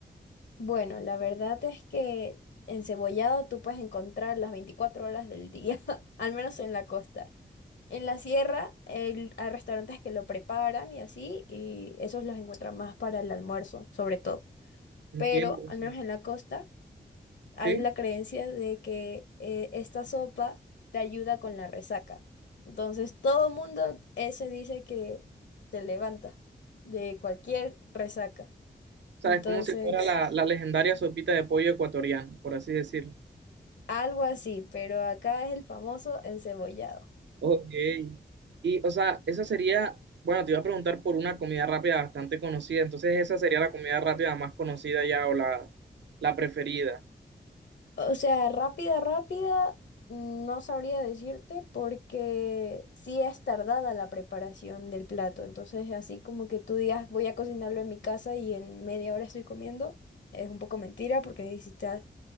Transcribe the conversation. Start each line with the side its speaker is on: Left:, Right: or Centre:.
Left: Bueno, la verdad es que encebollado tú puedes encontrar las 24 horas del día, <laughs> al menos en la costa. En la sierra el- hay restaurantes que lo preparan y así, y esos los encuentran más para el almuerzo, sobre todo.
Right: Entiendo,
Left: Pero
Right: o
Left: al
Right: sea,
Left: menos en la costa hay
Right: ¿sí?
Left: la creencia de que eh, esta sopa te ayuda con la resaca. Entonces todo mundo ese dice que te levanta de cualquier resaca.
Right: O sea,
Left: Entonces,
Right: es como si fuera la, la legendaria sopita de pollo ecuatoriana, por así decirlo.
Left: algo así, pero acá es el famoso encebollado.
Right: Ok. Y, o sea, esa sería, bueno, te iba a preguntar por una comida rápida bastante conocida, entonces esa sería la comida rápida más conocida ya o la, la preferida.
Left: O sea, rápida, rápida, no sabría decirte porque sí es tardada la preparación del plato. Entonces, así como que tú digas, voy a cocinarlo en mi casa y en media hora estoy comiendo, es un poco mentira porque necesitas